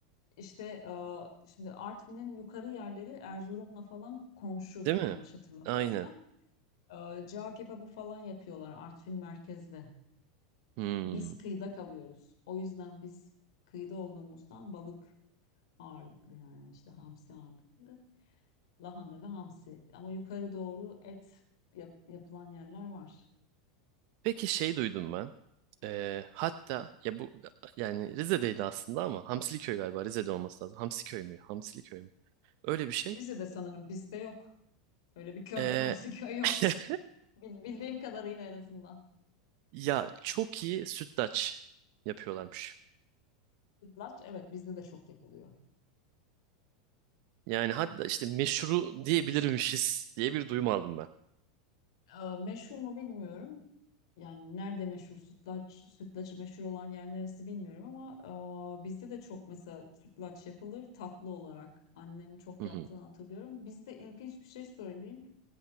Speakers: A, on the left; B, on the right.
A: işte e, şimdi Artvin'in yukarı yerleri Erzurum'la falan komşu
B: Değil
A: yanlış
B: mi?
A: hatırlamıyorsam.
B: Aynen.
A: E, cağ kebabı falan yapıyorlar Artvin merkezde.
B: Hmm.
A: Biz kıyıda kalıyoruz. O yüzden biz kıyıda olduğumuzdan balık ağırlıklı yani işte hamsi ağırlıklı. Lahana ve hamsi. Ama yukarı doğru et yap- yapılan yerler var.
B: Peki şey duydum ben. Ee, hatta ya bu yani Rize'deydi aslında ama Hamsiliköy galiba Rize'de olması lazım. Hamsiköy mü? Hamsiliköy mü? Öyle bir şey.
A: Rize'de sanırım bizde yok. Öyle bir köy,
B: Ee,
A: <laughs> hamsi köy yok.
B: <laughs>
A: Bil- bildiğim kadarıyla en azından.
B: ya çok iyi sütlaç yapıyorlarmış.
A: Sütlaç evet bizde de çok yapılıyor.
B: Yani hatta işte meşru diyebilirmişiz diye bir duyum aldım ben.
A: Ee, meşhur mu bilmiyorum. Yani nerede meşhur sütlaç, sütlacı meşhur olan yer neresi bilmiyorum ama e, bizde de çok mesela sütlaç yapılır tatlı olarak. Annemin çok
B: Hı
A: yaptığını
B: hı.
A: hatırlıyorum. Bizde ilginç bir şey söyleyeyim.